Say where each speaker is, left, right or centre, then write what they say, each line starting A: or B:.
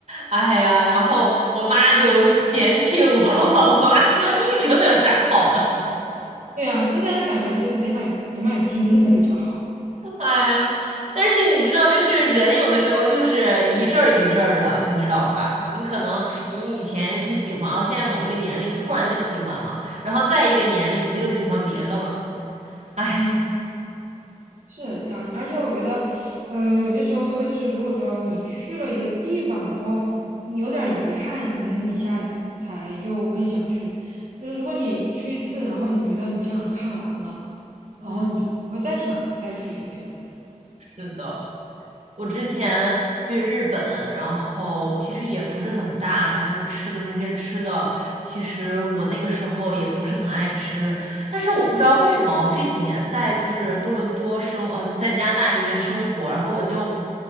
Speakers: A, on the right; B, on the right.
A: 哎呀，然后我妈就嫌弃我，<laughs> 我妈说那玉镯子有啥好的？
B: 对啊，现在的感觉就是得买得买金的它比较好。
A: <laughs> 哎呀，但是你知道，就是人有的时候就是一阵儿一阵儿的，你知道吧？你可能你以前不喜欢，哦，现在某一个年龄突然就喜欢了，然后再一个年龄可能又喜欢别的了。<laughs> 哎，
B: 嗯，是，而而且我觉得，嗯、有些时候，特别是如果说你去了一个地方，然后你有点儿遗憾，可能你下一次才又更想去。呃，如果你去一次，然后你觉得你基本上看完了，然后你就不会再想再去一遍了。
A: 嗯，是的。我之前去日本，然后其实也不是很大，然后吃的那些吃的，其实我那个时候也不是很爱吃，但是我不知道为什么，我这几年在就是多伦多生，呃，在加拿大这边生活，然后我就，